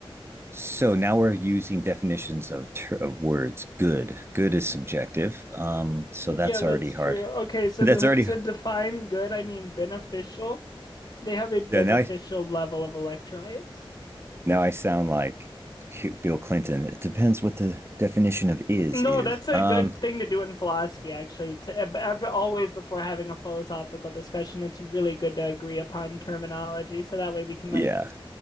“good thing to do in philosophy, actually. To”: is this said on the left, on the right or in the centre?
Left